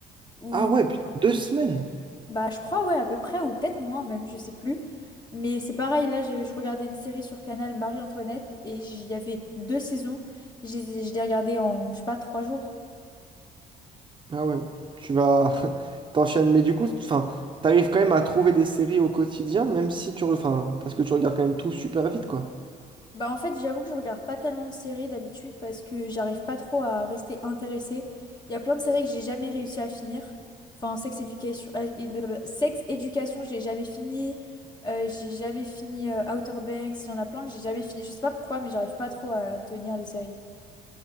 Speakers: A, on the left; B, on the right.
A: Ou,
B: ah ouais, putain, deux semaines.
A: bah, je crois, ouais, à peu près, ou peut-être moins même, je sais plus. Mais c'est pareil, là, je, je regardais une série sur Canal Marie-Antoinette et il y avait deux saisons. Je les ai- je l'ai regardé en, je sais pas, trois jours.
B: Ah ouais, tu vas <laughs> t'enchaînes. Mais du coup, enfin, t'arrives quand même à trouver des séries au quotidien, même si tu, re- enfin, parce que tu regardes quand même tout super vite, quoi.
A: Bah en fait, j'avoue que je regarde pas tellement de séries d'habitude parce que j'arrive pas trop à rester intéressée. Il y a plein de séries que j'ai jamais réussi à finir. Enfin, Sex Education, euh, et- blablabla. Sex Education, j'ai jamais fini. Euh, j'ai jamais fini euh, Outer Banks. Il y en a plein que j'ai jamais fini. Je sais pas pourquoi, mais j'arrive pas trop à tenir les séries.